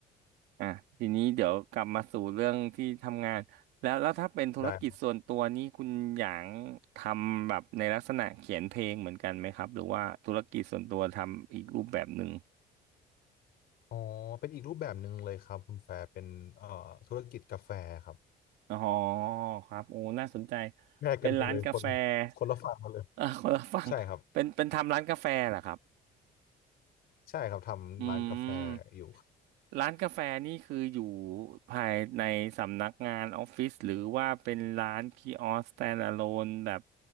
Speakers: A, on the right; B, on the left.
A: อ่ะทีนี้เดี๋ยวกลับมาสู่เรื่องที่ทำงานแล้วแล้วถ้าเป็นธุรกิจส่วนตัวนี้คุณหยางทำแบบในลักษณะเขียนเพลงเหมือนกันไหมครับหรือว่าธุรกิจส่วนตัวทำอีกรูปแบบหนึ่ง
B: ได้อ๋อเป็นอีกรูปแบบหนึ่งเลยครับคุณแฟร์เป็นเอ่อธุรกิจกาแฟครับ
A: อ๋อครับโอ้น่าสนใจ
B: แยกกันไปเลยคน
A: เป็นร้านกาแฟ
B: คนละฝั่งกันเลย
A: <laughs> เออคนละฝั่งเป็นเป็นทำร้านกาแฟเหรอครับ
B: ใช่ครับใช่ครับทำร้านกาแฟ
A: อืม
B: อยู่
A: ร้านกาแฟนี่คืออยู่ภายในสำนักงานออฟฟิศหรือว่าเป็นร้านคีออส standalone แบบ